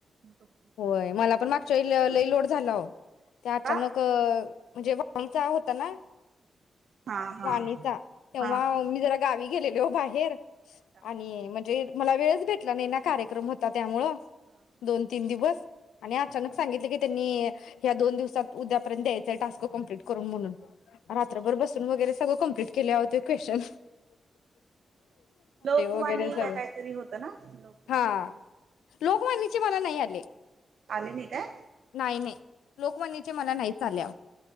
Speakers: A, on the right; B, on the left.
A: कंप्लीट
B: होय. मला पण मागच्या
A: तेवढं होईल तेवढं
B: लई लोड झाला ते अचानक
A: का
B: म्हणजे वाणीचा होता ना
A: हा हा
B: वाणीचा तेव्हा
A: हा हा
B: मी जरा गावी गेलेले ओ बाहेर.
A: अच्छा
B: आणि म्हणजे मला वेळच भेटला नाही ना कार्य क्रम होता त्यामुळे
A: हा.
B: दोन तीन दिवस आणि अचानक सांगितले की त्यांनी ह्या दोन दिवसात उद्यापर्यंत द्यायच टास्क कंप्लीट करून म्हणून रात्रभर बसून वगैरे सगळ कंप्लीट केलंय अहो तर् क्वेशन्
A: लोकवाणी
B: वगैरे सगळं
A: काय काहीतरी होतं ना लोक्
B: हा
A: वाणी
B: लोकवाणीचे मला नाही आले.
A: आले नाही काय?
B: नाही नाही लोकवाणीचे मला नाहीच आले अहो